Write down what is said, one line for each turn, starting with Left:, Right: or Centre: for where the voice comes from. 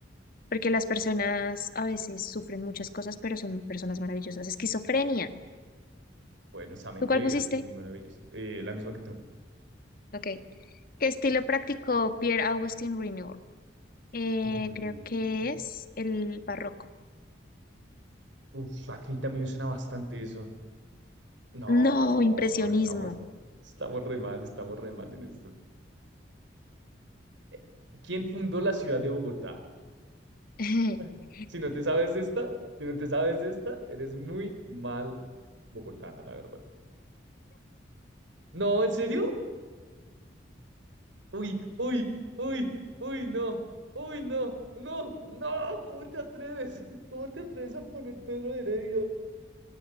Left: Porque las personas a veces sufren muchas cosas, pero son personas maravillosas. Esquizofrenia.
Right: bueno, esa mente
Left: ¿Tú cuál
Right: debía
Left: pusiste?
Right: ser muy maravillosa. Eh, la misma que tú.
Left: Ok. ¿Qué estilo practicó Pierre-Augustin Renoir? Eh,
Right: Mm,
Left: creo que es el barroco.
Right: Uf, a mí también me suena bastante eso. No,
Left: No, impresionismo.
Right: estamos, estamos re mal, estamos re mal en esto. Eh, ¿Quién fundó la ciudad de Bogotá?
Left: <laughs>
Right: <laughs> Si no te sabes esta, si no te sabes esta, eres muy mal bogotana, la verdad. No, ¿en serio? Uy, uy, uy, uy, no, uy, no, no, no, ¿cómo te atreves? <laughs> ¿Cómo te atreves a poner Pedro Heredia?